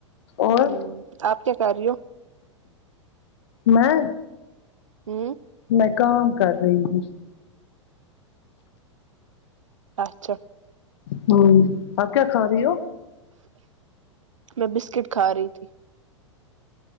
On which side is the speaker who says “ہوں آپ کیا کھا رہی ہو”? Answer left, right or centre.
Left